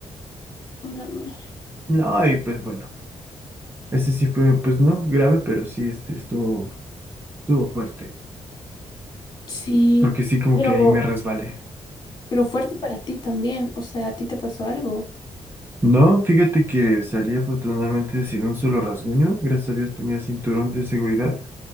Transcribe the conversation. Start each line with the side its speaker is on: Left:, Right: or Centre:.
Left: A la madre.
Right: no, y pues bueno. Ese sí fue, pues no grave, pero sí este, estuvo, estuvo fuerte.
Left: Sí,
Right: Porque sí, como
Left: pero,
Right: que ahí me resbalé.
Left: pero fuerte para ti también. O sea, a ti te pasó algo.
Right: No, fíjate que salí afortunadamente sin un solo rasguño. Gracias a Dios tenía cinturón de seguridad.